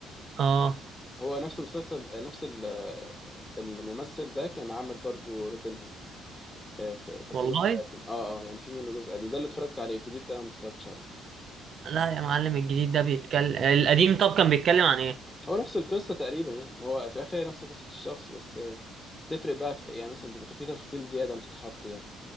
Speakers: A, on the right; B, on the left.
A: اه
B: هو نفس المسلسل آه، نفس ال- آه، الممثل ده كان عامل برضو روبن هود آه، ف- بس
A: والله
B: جزء قديم اه اه يعني في منه جزء قديم ده اللي اتفرجت عليه الجديد ده ما اتفرجتش عليه
A: لا يا معلم الجديد ده بيتكلم القديم طب كان بيتكلم عن ايه
B: هو نفس القصه تقريبا يعني ما هو في الاخر هي نفس قصه الشخص بس آه، تفرق بقى في يعني مثلا بيبقى في تفاصيل زياده بتتحط يعني